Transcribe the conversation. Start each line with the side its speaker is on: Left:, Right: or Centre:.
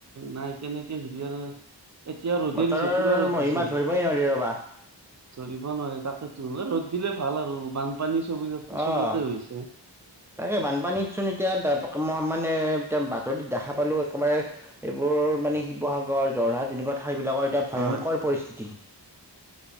Right: নাই তেনেকে দিয়াৰ এতিয়া ৰ'দে
Centre: বতৰৰ
Right: দিছে, পুৰা ৰ'দ
Centre: মহিমা
Right: দিছে।
Centre: ধৰিবই নোৱাৰি ৰ'বা।
Right: ধৰিব নোৱাৰি তাকেতো, এ ৰ'দ দিলে ভাল আৰু বানপানী চবিগাত
Centre: অ',
Right: চবতে হৈছে।
Centre: তাকে বানপানীতচোন এতিয়া <unintelligible> মই মানে এতিয়া বাতৰিত দেখা পালোঁ একেবাৰে এইবোৰ মানে শিৱসাগৰ, যৰহাট তেনেকুৱা ঠাইবিলাকৰ এতিয়া ভয়ংকৰ
Right: হয়।
Centre: পৰিস্থিতি।